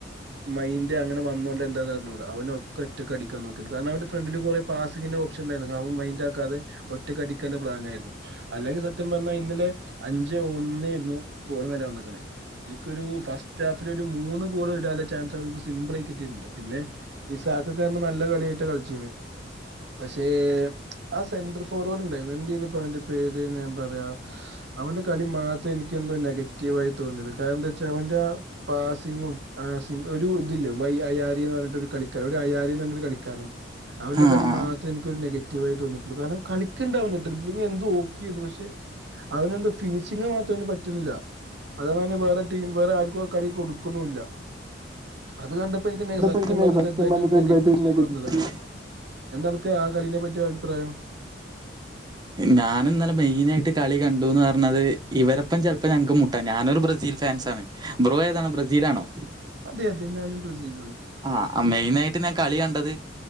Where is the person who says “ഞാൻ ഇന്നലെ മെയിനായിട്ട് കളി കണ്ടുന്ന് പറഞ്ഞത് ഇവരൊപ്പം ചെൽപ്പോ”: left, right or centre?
Right